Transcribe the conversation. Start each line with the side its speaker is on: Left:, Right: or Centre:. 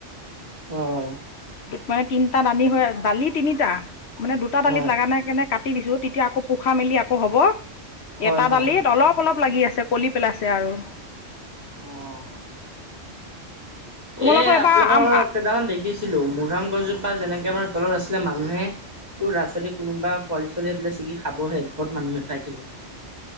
Right: হয় হয়
Left: মানে তিনটা দালি হয় দালি তিনিটা মানে দুটা দালিত
Right: হয়
Left: লগা নাই কেনে কাটি দিছো তেতিয়া আকৌ পোখা মেলি আকৌ হ'ব
Right: হয়
Left: এটা
Right: হয়
Left: দালিত অলপ অলপ লাগি আছে। পলি পেলাইছে আৰু
Right: অঁ
Left: তোমালোকৰ
Right: এ
Left: এবাৰ
Right: আপোনালোকৰ
Left: আম
Right: কেইটামান দেখি শিকিছিলো মধুআম গছজোপা যেনেকে মাৰ তলত আছিলে মানুহে তোৰ ৰাস্তা কোনোবা পোৱালি ছোৱালি পেলাই ছিগি খাবহে ঘৰত মানুহ নেথাকিলে